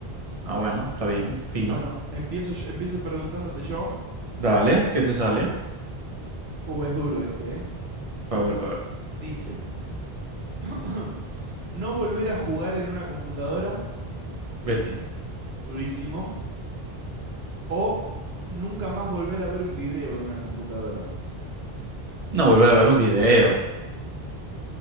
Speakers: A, on the right; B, on the right.
A: Ah, bueno, está bien, fino.
B: Bueno, empiezo, yo- empiezo preguntándote yo.
A: Dale, ¿qué te sale?
B: Uh, es duro este, ¿eh?
A: A ver, a ver.
B: Dice, <clears throat> <coughs> no volver a jugar en una computadora,
A: Bestia.
B: durísimo, o nunca más volver a ver un video en una computadora.
A: No, volver a ver un video